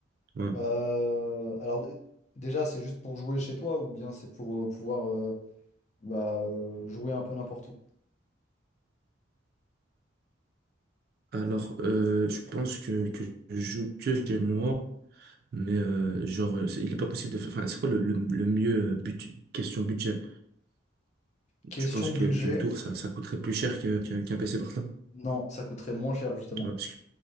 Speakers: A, on the right; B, on the left.
A: Ouais.
B: Euh, alors, d- déjà, c'est juste pour jouer chez toi ou bien c'est pour euh, pouvoir euh, bah, euh, jouer un peu n'importe où?
A: Alors, euh, je pense que, que je joue que chez moi, mais euh, genre, euh, c'est- il est pas possible de faire. Enfin, c'est quoi le, le, le mieux euh, but- question budget?
B: Question
A: Tu penses que
B: budget,
A: qu'une tour, ça, ça coûterait plus cher que, que- qu'un PC portable?
B: non, ça coûterait moins cher justement.
A: Ouais, parce que-